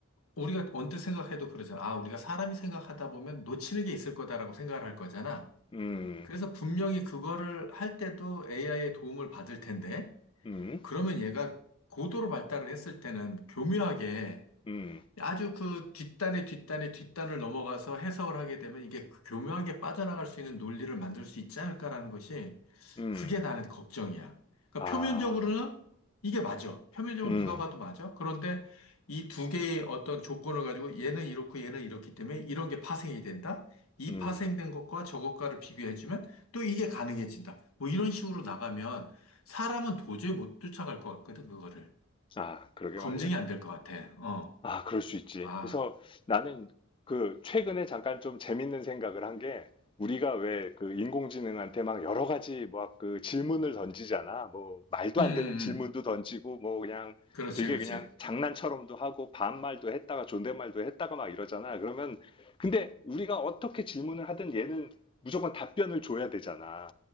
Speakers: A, on the left (about 80°); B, on the left (about 25°).
A: 우리가 언뜻 생각해도 그러잖아. 아, 우리가 사람이 생각하다 보면 놓치는 게 있을 거다라고 생각을 할 거잖아.
B: 음,
A: 그래서 분명히 그거를 할 때도 AI의 도움을 받을 텐데
B: 음,
A: 그러면 얘가 고도로 발달을 했을 때는 교묘하게
B: 음,
A: 아주 그 뒷단의 뒷단의 뒷단을 넘어가서 해석을 하게 되면 이게 그 교묘하게 빠져나갈 수 있는 논리를 만들 수 있지 않을까라는 것이
B: 음,
A: 그게 나는 걱정이야. 그러니까
B: 아,
A: 표면적으로는 이게 맞아. 표면적으로
B: 음,
A: 누가 봐도 맞아. 그런데 이 두 개의 어떤 조건을 가지고 얘는 이렇고 얘는 이렇기 때문에 이런 게 파생이 된다. 이
B: 음.
A: 파생된 것과 저것과를 비교해주면 또 이게 가능해진다. 뭐 이런 식으로 나가면 사람은 도저히 못 쫓아갈 것 같거든, 그거를.
B: 아, 그러게
A: 검증이
B: 말이야.
A: 안 될 것 같아. 어.
B: 아, 그럴 수 있지.
A: 아.
B: 그래서 나는 그 최근에 잠깐 좀 재밌는 생각을 한 게 우리가 왜 그 인공지능한테 막 여러 가지 뭐 그 질문을 던지잖아. 뭐 말도
A: 음,
B: 안
A: 음,
B: 되는 질문도
A: 음.
B: 던지고 뭐 그냥
A: 그렇지,
B: 되게
A: 그렇지.
B: 그냥 장난처럼도 하고 반말도 했다가 존댓말도 했다가 막 이러잖아. 그러면 근데 우리가 어떻게 질문을 하든 얘는 무조건 답변을 줘야 되잖아.